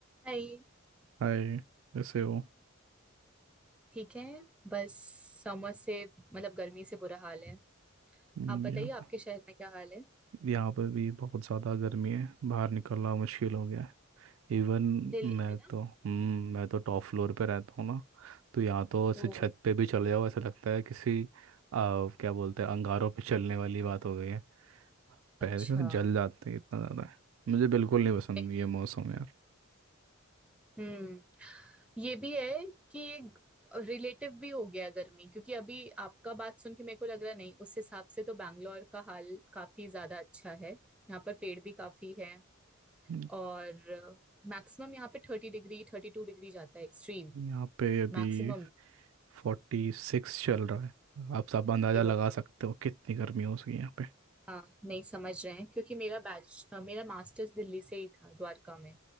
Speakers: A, in the centre; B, on the right (about 65°).
A: हाय
B: हाय कैसे हो
A: ठीक है बस समर से मतलब गर्मी से बुरा हाल है
B: हम्म,
A: आप बताइए
B: यहाँ पर
A: आपके शहर में क्या हाल है
B: यहाँ पर भी बहुत ज़्यादा गर्मी है बाहर निकलना मुश्किल हो गया है इवन
A: दिल्ली
B: मैं
A: में ना
B: तो हम्म मैं तो टॉप फ्लोर पे रहता हूँ ना तो यहाँ तो ऐसे
A: ओ
B: छत पे भी चले जाओ ऐसा लगता है किसी आ, क्या बोलते हैं अंगारों पे चलने वाली बात हो गई है पैर
A: अच्छा
B: तो जल जाते हैं इतना ज़्यादा है मुझे बिल्कुल नहीं
A: नहीं,
B: पसंद ये
A: नहीं,
B: मौसम यार
A: हम्म ये भी है कि एक रिलेटिव भी हो गया गर्मी क्योंकि अभी आपका बात सुन के मेरे को लग रहा नहीं उस हिसाब से तो बैंगलोर का हाल काफी ज्यादा अच्छा है यहाँ पर पेड़ भी काफी है
B: हम्म,
A: और मैक्सिमम यहाँ पे थर्टी डिग्री थर्टी टू डिग्री जाता है एक्सट्रीम
B: यहाँ पे अभी
A: मैक्सिमम
B: फोर्टी सिक्स चल रहा है आप सब अंदाज़ा
A: हे
B: लगा
A: भगवान
B: सकते हो कितनी गर्मी हो सकी यहाँ पे
A: हाँ नहीं समझ रहे हैं क्योंकि मेरा बैच अ, मेरा मास्टर्स दिल्ली से ही था द्वारका में